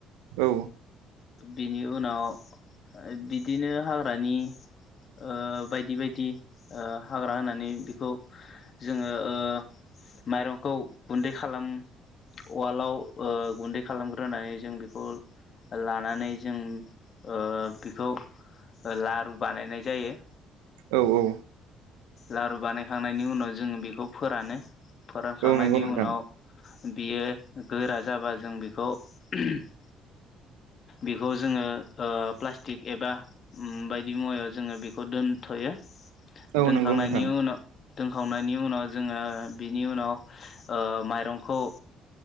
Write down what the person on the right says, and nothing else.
औ
औ औ
औ नंगौ नोंथां
औ
नंगौ नोंथां